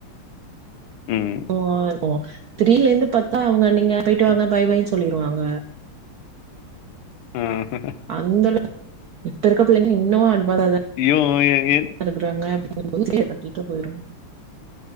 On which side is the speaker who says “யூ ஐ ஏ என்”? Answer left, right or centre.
Left